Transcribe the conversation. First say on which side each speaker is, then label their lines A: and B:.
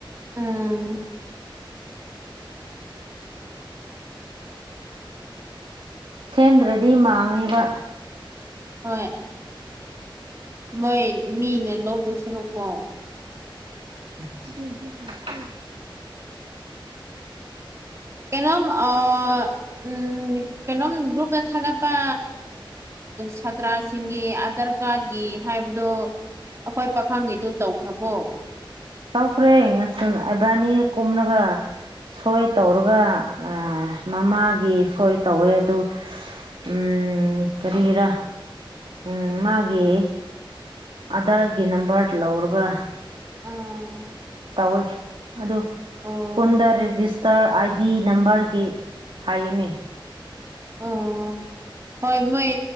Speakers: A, on the right; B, on the right.
A: ꯎꯝ
B: ꯁꯦꯝꯗ꯭ꯔꯗꯤ ꯃꯥꯡꯉꯦꯕ
A: ꯍꯣꯏ ꯅꯣꯏ ꯃꯤꯅ ꯂꯧꯗꯣꯏ ꯁꯥꯔꯨꯛꯀꯣ
B: <unintelligible>
A: ꯀꯩꯅꯣꯝ ꯑꯥ ꯎꯝ ꯀꯩꯅꯣꯝ ꯒ꯭ꯔꯨꯞꯇꯥ ꯊꯥꯒꯠꯄ ꯁꯥꯇ꯭ꯔꯥꯁꯤꯡꯒꯤ ꯑꯙꯔ ꯀꯥꯔꯠꯒꯤ ꯍꯥꯏꯕꯗꯣ ꯑꯈꯣꯏ ꯄꯥꯈꯪꯒꯤꯗꯨ ꯇꯧꯈ꯭ꯔꯕꯣ
B: ꯇꯧꯈ꯭ꯔꯦ ꯉꯥꯁꯟ ꯏꯕꯥꯅꯤ ꯀꯨꯝꯂꯒꯥ ꯁꯣꯏ ꯇꯧꯔꯒꯥ ꯑꯥ ꯃꯃꯥꯒꯤ ꯁꯣꯏ ꯇꯧꯋꯦ ꯑꯗꯨ ꯎꯝ ꯀꯔꯤꯔꯥ ꯎꯝ ꯃꯥꯒꯤ ꯑꯥꯗꯥꯔꯒꯤ ꯅꯝꯕꯔ ꯂꯧꯔꯕꯥ
A: ꯎꯝ
B: ꯇꯧꯋꯤ ꯑꯗꯨ
A: ꯑꯣ
B: ꯁ꯭ꯀꯨꯟꯗꯥ ꯔꯤꯖꯤꯁ ꯇꯔ ꯑꯥꯏ ꯗꯤ ꯅꯝꯕꯔꯒꯤ ꯍꯥꯏꯌꯦꯅꯦ
A: ꯑꯝ ꯍꯣꯏ ꯃꯣꯏ